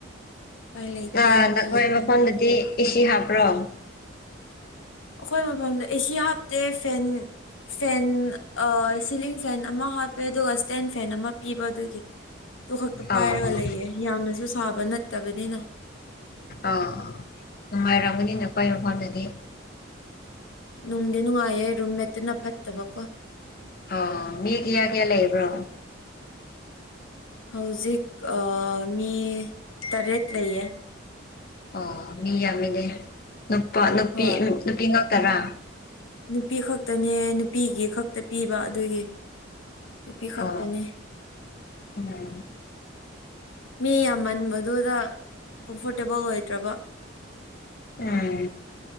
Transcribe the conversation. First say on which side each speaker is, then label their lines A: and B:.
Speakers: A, on the left (about 85°); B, on the left (about 45°).
A: ꯎꯄꯥꯏ ꯂꯩꯇꯦ
B: ꯑ
A: ꯎꯄꯥꯏ
B: ꯅꯈꯣꯏ
A: ꯂꯩꯇꯦ
B: ꯃꯐꯝꯗꯗꯤ ꯏꯁꯤ ꯍꯥꯞꯄ꯭ꯔꯣ
A: ꯑꯩꯈꯣꯏ ꯃꯐꯝꯗ ꯑꯦꯁꯤ ꯍꯥꯞꯇꯦ ꯐꯦꯟ ꯐꯦꯟ ꯁꯤꯂꯤꯡ ꯐꯦꯟ ꯑꯃ ꯍꯥꯞꯄꯦ ꯑꯗꯨꯒ ꯏꯁꯇꯦꯟ ꯐꯦꯟ ꯑꯃ ꯄꯤꯕ ꯑꯗꯨꯒꯤ ꯇꯣ ꯈꯛꯇꯨ ꯄꯥꯏꯔꯒ
B: ꯑꯥ ꯑꯥ
A: ꯂꯩꯌꯦ ꯌꯥꯝꯅꯁꯨ ꯁꯥꯕ ꯅꯠꯇꯕꯅꯤꯅ
B: ꯑꯥ ꯑ ꯅꯨꯡꯉꯥꯏꯔꯝꯒꯅꯤꯅ ꯑꯩꯈꯣꯏ ꯃꯐꯝꯗꯗꯤ
A: ꯅꯨꯡꯗꯤ ꯅꯨꯡꯉꯥꯏꯌꯦ ꯔꯨꯝꯃꯦꯠꯇꯨꯅ ꯐꯠꯇꯕꯀꯣ
B: ꯑ ꯃꯤ ꯀꯌꯥ ꯀꯌꯥ ꯂꯩꯌꯕ꯭ꯔꯣ
A: ꯍꯧꯖꯤꯛ ꯃꯤ ꯇꯔꯦꯠ ꯂꯩꯌꯦ
B: ꯑꯣ ꯃꯤ ꯌꯥꯝꯃꯤꯅꯦ ꯅꯨꯄꯥ ꯅꯨꯄꯤ
A: ꯍꯣꯏ
B: ꯅꯨꯄꯤ ꯉꯥ ꯇꯔꯥ
A: ꯅꯨꯄꯤ ꯈꯛꯇꯅꯦ ꯅꯨꯄꯤꯒꯤ ꯈꯛꯇ ꯄꯤꯕ ꯑꯗꯨꯒꯤ ꯅꯨꯄꯤ ꯈꯛꯇꯅꯦ
B: ꯑ ꯎꯝ
A: ꯃꯤ ꯌꯥꯝꯃꯟꯕꯗꯨꯗ ꯀꯝꯐꯣꯔꯇꯦꯕꯜ ꯑꯣꯏꯗ꯭ꯔꯕ
B: ꯎꯝ